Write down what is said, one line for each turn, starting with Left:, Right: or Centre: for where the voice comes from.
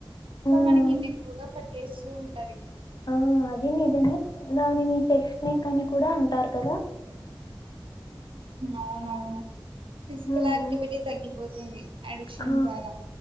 Right: ఇంక
Left: హ్మ్.
Right: మనకి నెక్ కూడా పెట్టేస్తు ఉంటది
Left: ఆ అది నిజమే దానిని టెక్స్ట్ నేక్ అని కూడా అంటారు కదా
Right: అవునవును ఫిజికల్
Left: హ్మ్,
Right: యాక్టివిటీ
Left: హ్మ్.
Right: తగ్గిపోతుంది అడిక్షన్
Left: ఆ
Right: ద్వారా